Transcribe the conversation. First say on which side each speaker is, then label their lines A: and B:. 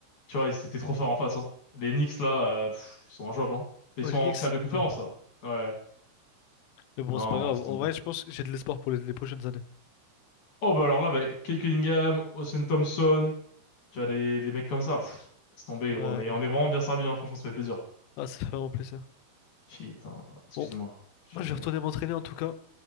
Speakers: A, on the left; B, on the left.
A: Tu vois, ils étaient trop forts en face, hein. Les Knicks, là, euh, pff, ils sont injouables, hein. Ils
B: Ouais,
A: sont
B: les
A: en
B: Knicks,
A: finale de conférence,
B: ouais.
A: là. Ouais.
B: Mais bon,
A: Non,
B: c'est pas grave.
A: laisse
B: En
A: tomber.
B: vrai, je pense que j'ai de l'espoir pour les, les prochaines années.
A: Oh, bah alors là, bah, Kate Cunningham, Austin Thompson, tu vois, les, les mecs comme ça, pff, laisse tomber,
B: Ouais.
A: gros. On est, on est vraiment bien servi, hein. Franchement, ça fait plaisir.
B: Ah, ça fait vraiment plaisir.
A: Putain, excuse-moi,
B: Bon,
A: je
B: moi,
A: suis
B: je
A: vulgaire.
B: vais retourner m'entraîner en tout cas.